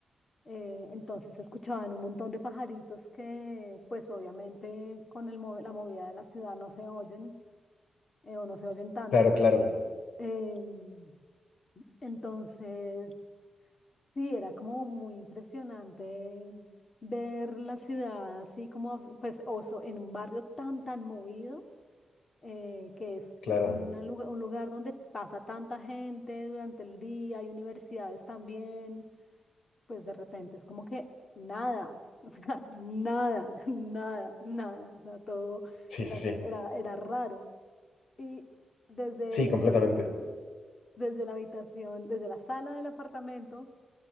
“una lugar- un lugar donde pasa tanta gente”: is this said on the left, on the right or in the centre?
Left